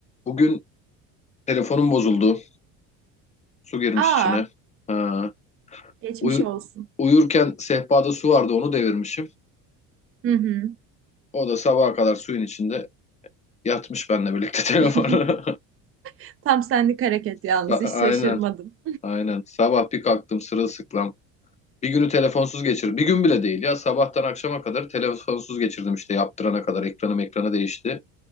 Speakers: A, on the left; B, on the right.
A: Bugün telefonum bozuldu. Su girmiş
B: Aa,
A: içine. Ha.
B: geçmiş
A: Uyu-
B: olsun.
A: uyurken sehpada su vardı onu devirmişim.
B: Hı hı.
A: O da sabaha kadar suyun içinde yatmış benimle birlikte <laughs> telefonu.
B: <laughs> Tam senlik hareket yalnız
A: Sa-
B: hiç
A: Aynen,
B: şaşırmadım.
A: aynen. Sabah bir kalktım sırılsıklam. Bir günü telefonsuz geçirdim. Bir gün bile değil ya. Sabahtan akşama kadar telefonsuz geçirdim işte yaptırana kadar. Ekranım ekrana değişti.